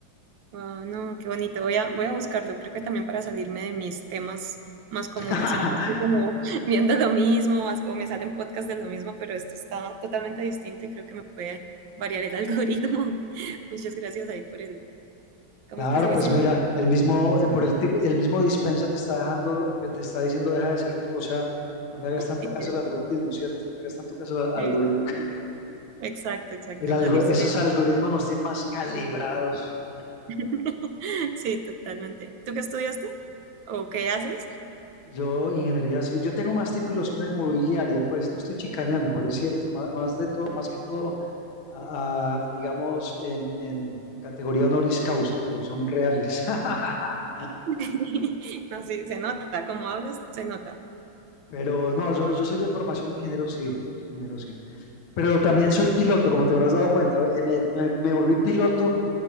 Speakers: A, on the right; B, on the left.
A: Wow, no, qué bonito. Voy a, voy a buscarlo. Creo que también para salirme de mis temas más comunes.
B: <laughs>
A: Siempre estoy como <laughs> viendo lo mismo o as- o me salen podcasts de lo mismo, pero esto está totalmente distinto y creo que me puede variar el <laughs> algoritmo. Muchas gracias ahí por el, ¿cómo
B: Claro,
A: es que se dice?
B: pues mira, el mismo, eh, por el tip- el mismo dispensa te está dejando, te está diciendo deja de ser tú, o sea, no le hagas tanto
A: Tiqueteo.
B: caso al algoritmo, ¿cierto? No le hagas tanto caso al algoritmo.
A: Eh,
B: <laughs>
A: exacto, exacto,
B: El algo-
A: salirse
B: esos algoritmos nos tienen más calibrados.
A: <laughs> Sí, totalmente. ¿Tú qué estudiaste? ¿O qué haces?
B: Yo, ingeniería civil, yo tengo más títulos que una inmobiliaria, pues no estoy chicaneando, pero es cierto, más, más de todo, más que todo, a- a, digamos, en, en categoría honoris causa, pero son reales. <laughs>
A: <laughs> No, sí, se nota. Como hablas, se nota.
B: Pero no, yo, yo soy de formación de ingeniero civil, soy ingeniero civil. Pero
A: Ah,
B: también
A: qué
B: soy piloto, como te habrás dado cuenta. eh, Me, me- me volví piloto,